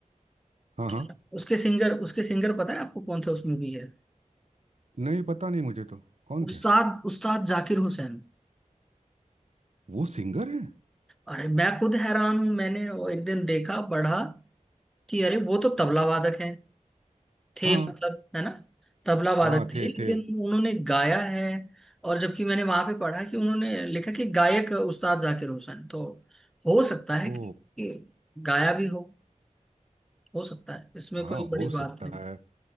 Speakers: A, on the right; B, in the centre.
A: हाँ
B: क्या
A: हाँ
B: उसके सिंगर उसके सिंगर पता है आपको कौन थे उस मूवी के
A: नहीं पता नहीं मुझे तो कौन
B: उस्ताद
A: थे
B: उस्ताद जाकिर हुसैन
A: वो सिंगर है
B: अरे मैं खुद हैरान हूँ मैंने वो एक दिन देखा पढ़ा कि अरे वो तो तबला वादक है, थे
A: हाँ
B: मतलब है ना तबला वादक
A: हाँ
B: थे
A: थे
B: लेकिन
A: थे
B: उन्होंने गाया है और जबकि मैंने वहां पे पढ़ा कि उन्होंने लिखा कि गायक उस्ताद जाकिर हुसैन तो हो सकता है
A: ओ
B: कि, कि गाया भी हो हो सकता है इसमें
A: हाँ
B: कोई बड़ी
A: हो सकता
B: बात नहीं
A: है